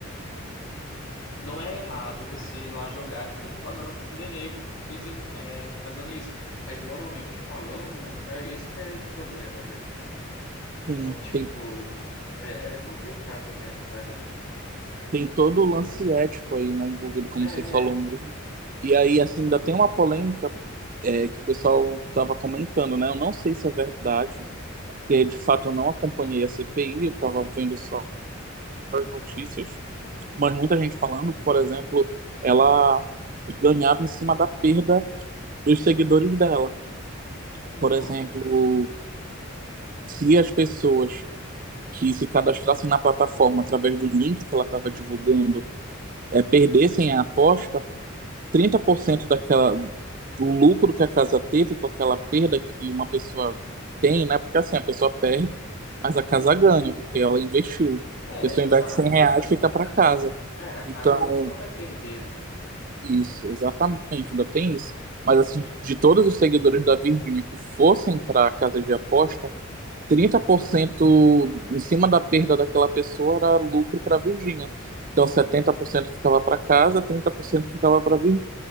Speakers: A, on the left (about 70°); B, on the right (about 40°).
A: não é errado você ir lá jogar e fazer propaganda pro PCDNE pois, é, fazendo isso. Mas moralmente falando, né, que é esse que é o problema, né? Então,
B: sim,
A: tipo,
B: tem
A: é, é complicado, né, cara?
B: Tem todo o lance ético aí, né, envolvido, como
A: É,
B: você falou
A: é,
B: mesmo. E aí, assim, ainda tem uma polêmica é, que o pessoal estava comentando, né? Eu não sei se é verdade, porque de fato eu não acompanhei a CPI, eu estava vendo só as notícias, mas muita gente
A: uhum,
B: falando, por exemplo, ela ganhava em cima da perda dos seguidores dela.
A: então,
B: Por exemplo, se as pessoas que se cadastrassem na plataforma através do link que ela estava divulgando é, perdessem a aposta, 30% daquela, do lucro que a casa teve com aquela perda que uma pessoa tem, né? Porque assim, a pessoa perde, mas a casa
A: uhum,
B: ganha, porque ela investiu.
A: é,
B: A pessoa
A: exato,
B: investe 100 reais,
A: cara.
B: fica para casa.
A: É, é, a
B: Então,
A: casa ela nunca vai perder, né?
B: isso, exatamente, ainda tem isso. Mas assim, de todos os seguidores da Virgínia que fossem para a casa de aposta, trinta
A: Uhum,
B: por cento em cima da perda daquela pessoa era lucro para a Virgínia. Então, 70% ficava para casa, 30% ficava para a